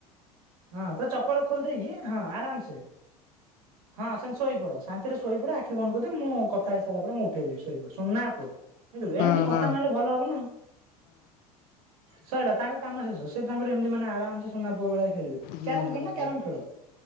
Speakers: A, on the right (about 65°); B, on the left (about 50°).
A: ହଁ ତ ଚପଲ ଖୋଲି ଦେଇକି ହଁ, ଆରାମ ସେ ହଁ ସେ ଶୋଇ ପଡ, ଶାନ୍ତିରେ ଶୋଇପଡେ, ଆଖି ବନ୍ଦ କରିଦି, ମୁଁ କଥା ହେଇସାରିଲା ପରେ ମୁଁ ଉଠେଇଦବି, ଶୋଇପଡ, ଶ ସୁନନା ପୁଅ ଦେଖିଲୁ
B: ହଁ
A: ଏମିତି କଥା
B: ହଁ ହଁ
A: ମିଲେ ଭଲ ହବ ନା ସଇଲା ତାଙ୍କ କାମ ଶେଷ, ସେ ତାଙ୍କର ଏମିତି ମାନେ ଆରାମସ ସୁନା ପୁଅବେଳେ ଖେଳିବ,
B: ହୁଁ
A: କ୍ୟାରମ
B: ହୁଁ।
A: ଖେନା କ୍ୟାରମ ଖେଳ